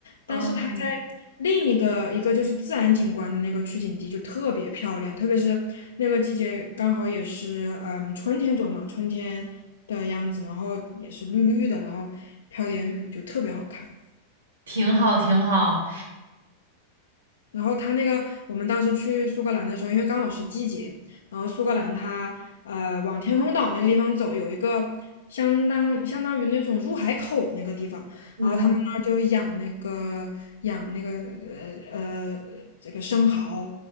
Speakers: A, on the left; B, on the right.
A: 但是他在另一个一个就是自然景观的那个取景地就特别漂亮，
B: 嗯
A: 特别是那个季节刚好也是嗯春天左右嘛，春天。的样子，然后也是绿绿的，然后飘点雨，就特别好看。
B: 挺好，挺好。
A: 然后它那个，我们当时去苏格兰的时候，因为刚好是季节，然后苏格兰它呃往天空岛那个地方走，有一个相当相当于那种入海口那个地方，
B: 嗯，
A: 然后他们那儿就养那个养那个呃呃这个生蚝，